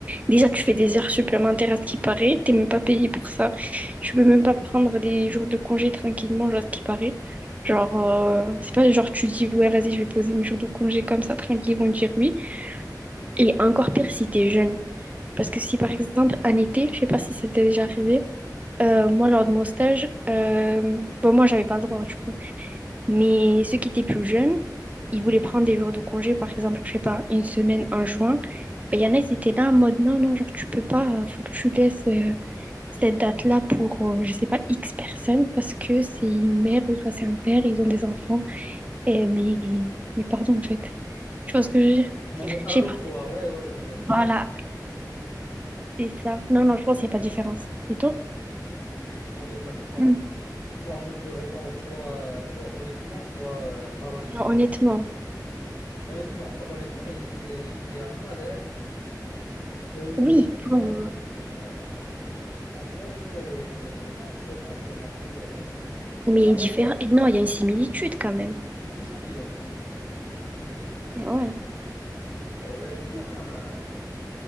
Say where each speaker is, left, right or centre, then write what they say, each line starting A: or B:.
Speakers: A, on the right; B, on the left.
A: Déjà, tu fais des heures supplémentaires à ce qui paraît, t'es même pas payé pour ça. Tu peux même pas prendre des jours de congé tranquillement, genre, à ce qui paraît. Genre, euh, c'est pas genre tu dis, ouais, vas-y, je vais poser mes jours de congé comme ça, tranquille, ils vont dire oui. Et encore pire si t'es jeune. Parce que si par exemple en été, je sais pas si ça t'est déjà arrivé, euh, moi lors de mon stage, euh, bon moi j'avais pas le droit du coup, mais ceux qui étaient plus jeunes, ils voulaient prendre des jours de congé, par exemple, je sais pas, une semaine en juin, ben y en a ils étaient là en mode non, non, genre tu peux pas, euh, faut que tu laisses euh, cette date-là pour, euh, je sais pas, X personnes, parce que c'est une mère ou soit c'est un père, ils ont des enfants, et, mais, mais pardon en fait, je ce que je veux dire.
B: Non, mais allô
A: Je sais pas.
B: quoi? Ouais, ouais, je vois, je vois.
A: Voilà,
B: Je,
A: C'est ça. Non, non, je pense qu'il n'y a pas de différence. Et toi?
B: je pense qu'il n'y a pas de différence.
A: Mm.
B: Bon, je peux répondre soit, soit honnêtement, soit euh, malhonnêtement.
A: Non, honnêtement.
B: Honnêtement, bah, honnêtement, il- c'est qu'il y a un salaire. Et
A: Oui,
B: je sais pas.
A: bon.
B: euh, en vrai, euh, en vrai, en vrai, en vrai, euh,
A: Mais
B: en
A: il y a une
B: vrai,
A: différence.
B: ça.
A: Non, il y a une similitude quand même.
B: Bien sûr qu'il y a une semaine.
A: Et ouais.
B: Euh, bien, euh,